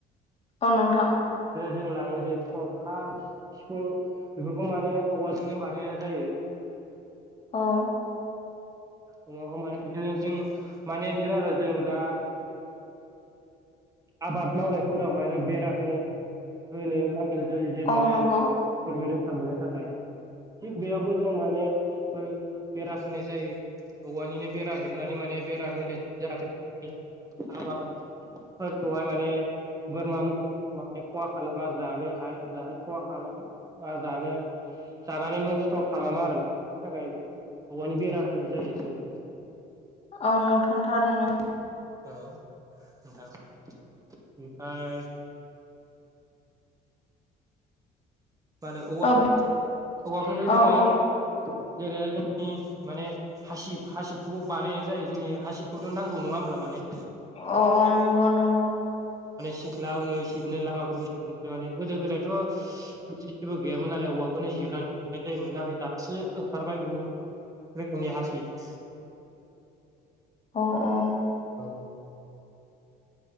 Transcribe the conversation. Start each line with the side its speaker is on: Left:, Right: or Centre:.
Left: अ नोंथां
Right: जों लाङो जे खरखा, सिफुं बेफोरखौ माने औवाजोंनो बानायनाय जायो। <inaudible>
Left: अह
Right: औ अम माने बिदिनो जों माने बिदिनो आरो जों दा आबाद मावनायफोरावहायनो बेरा होनो होनो जेब्ला
Left: औ
Right: जे
Left: नंगौ
Right: फोरनिफ्राय रैखा मोननो थाखाय थिग बेयावबो जों माने बेरा होनाय जायो औवानिनो बेरा हेब नानै माने बेरा होनाय जाहाथे आबादफोरखौहाय माने बोरमा मोसौआ माने खहा खालामा जानो हा खहा खालामा जानो जानानै नस्थ' खस्थ' खालामा आरो ना थाखाय औवानि बेरा होनाय जायो जोङो
Left: औ नोंथां थारैनो।
Right: औ नोंथां ओमफ्राय माने औवा
Left: औ
Right: औआफोरनिफ्राय जोङो
Left: औ औ
Right: जेरै जोंनि माने हासिब हासिबखौबो बानायनाय जायो जोंनि हासिबखौथ' नांगौ नङा होमब्ला माने
Left: अ अ नंगौ नंगौ।
Right: सिख्ला उनो सिबनो लामाफोरखौ सिबनो माने गोदो गोदायथ' गैयामोन नालाय। नो जिरनानै जायोमोन नाथाय दासो ओंखारबाय बुहुद रोखोमनि हासिब <inaudible>
Left: अह अह
Right: औ